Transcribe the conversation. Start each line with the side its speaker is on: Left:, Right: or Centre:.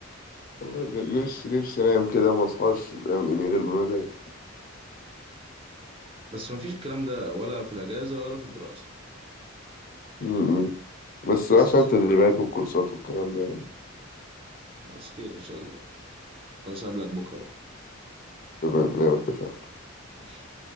Left: والله بجد نفسي نفسي أنام كده وما أصحاش يعني غير بمزاجي
Right: بس مفيش الكلام ده ولا في الاجازة ولا في الدراسة
Left: م- م. بس
Right: بس
Left: عشان التدريبات والكورسات والكلام ده يعني
Right: خلاص خير ان شاء الله خلاص اقابلك بكرة بقى
Left: تمام زي ما اتفقنا
Right: ماشي